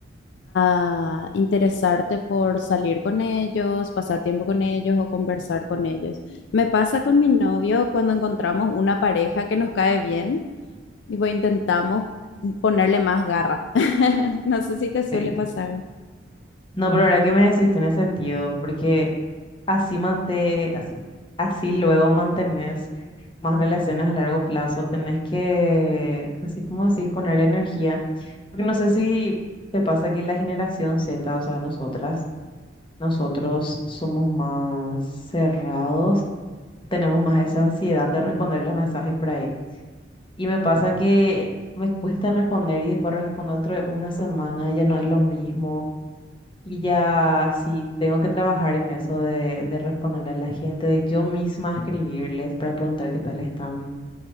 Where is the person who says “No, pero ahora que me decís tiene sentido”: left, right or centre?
Left